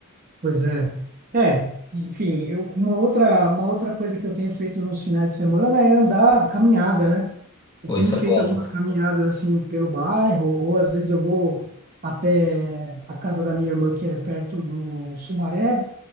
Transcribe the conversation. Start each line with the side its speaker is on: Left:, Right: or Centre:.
Right: Pois é. É, enfim, eu, uma outra, uma outra coisa que eu tenho feito nos finais de semana é andar, caminhada, né? Eu
Left: Pô,
Right: tenho
Left: Isso
Right: feito
Left: é bom.
Right: algumas caminhadas assim pelo bairro, ou às vezes eu vou até a casa da minha irmã, que é perto do Sumaré,